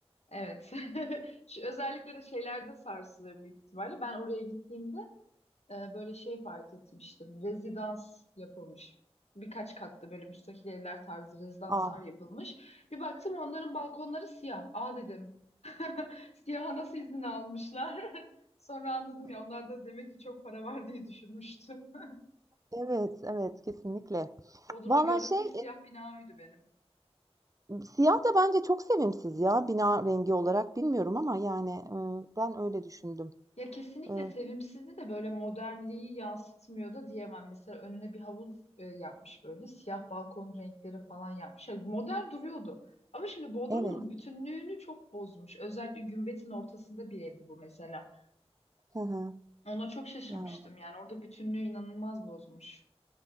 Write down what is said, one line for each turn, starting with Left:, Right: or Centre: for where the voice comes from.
Left: Evet. <laughs> Şu, özellikle de şeylerde sarsılıyor büyük ihtimalle. Ben oraya gittiğimde e, böyle şey fark etmiştim. Rezidans yapılmış. Birkaç katlı böyle müstakil evler tarzı rezidanslar
Right: Ah,
Left: yapılmış. Bir baktım onların balkonları siyah. Aa dedim. <laughs> Siyaha nasıl izin almışlar? <laughs> Sonra anladım ya onlar da demek ki çok para var diye düşünmüştüm. <laughs>
Right: evet, evet kesinlikle.
Left: Bodrum'da
Right: Vallahi
Left: gördüğüm
Right: şey
Left: tek siyah bina oydu benim.
Right: e, siyah da bence çok sevimsiz ya bina rengi olarak bilmiyorum ama yani e, ben öyle düşündüm.
Left: Ya kesinlikle
Right: E,
Left: sevimsizdi de böyle modernliği yansıtmıyor da diyemem. Mesela önüne bir havuz e, yapmış böyle siyah balkon renkleri falan yapmış. Ya modern duruyordu. Ama şimdi Bodrum'un
Right: evet.
Left: bütünlüğünü çok bozmuş. Özellikle Gümbet'in ortasında bir evdi bu mesela.
Right: Hı hı,
Left: Ona çok şaşırmıştım
Right: yani.
Left: yani orada bütünlüğü inanılmaz bozmuş.